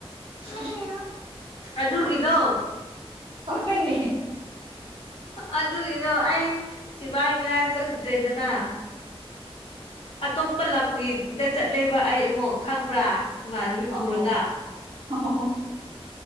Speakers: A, on the left (about 70°); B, on the right (about 50°).
A: <inaudible>
B: ꯍꯩꯍꯥ
A: ꯑꯗꯨꯒꯤꯗꯣ
B: ꯍꯣꯏꯅꯦ
A: ꯑꯗꯨꯒꯤꯗꯣ ꯑꯩ ꯁꯤꯕꯥꯏ ꯃꯅꯥꯛ ꯆꯪꯗ꯭ꯔꯦꯗꯅ ꯑꯇꯣꯞꯄ ꯂꯝꯒꯤ ꯗꯥ ꯆꯠꯂꯦꯕ ꯑꯩ ꯑꯃꯨꯛ ꯈꯪꯕ꯭ꯔꯥ ꯏꯃꯥꯟꯅꯕꯤ ꯄꯨꯔꯒ
B: ꯑꯍꯣ ꯑꯍꯣ